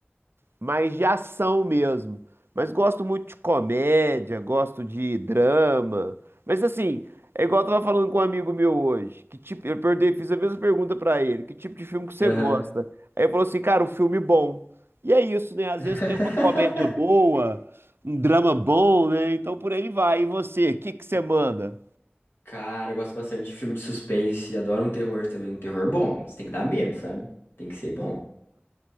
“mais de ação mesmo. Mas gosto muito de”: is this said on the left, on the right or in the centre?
Right